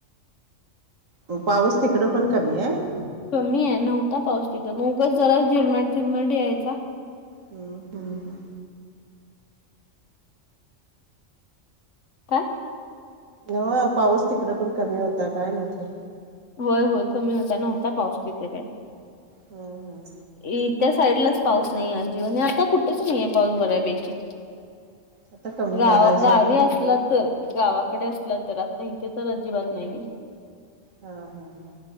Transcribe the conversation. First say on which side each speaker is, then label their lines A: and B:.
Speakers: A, on the right (about 80°); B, on the left (about 65°).
A: म पाऊस तिकडं पण कमी आहे.
B: कमी आहे नव्हता पाऊस तिथं मोगच जरा झिरमट चिरमट या्यायचा.
A: हम हम हम,
B: काय.
A: ह पाऊस तिकडं पण कमी होता काय म्हटलं.
B: होय होय कमी होता नव्हता पाऊस तिथे काय.
A: हम हम,
B: ई त्या साईडलाच पाऊस नाही अजीवन आता कुठे नाहीये पाऊस बऱ्यापैकी.
A: आता कमी
B: गाव
A: झालाय सोड
B: गावी
A: खरं.
B: असला तर. गावाकडे असला तर आता इथे तर अजिबात नाहीये.
A: हा हा हा,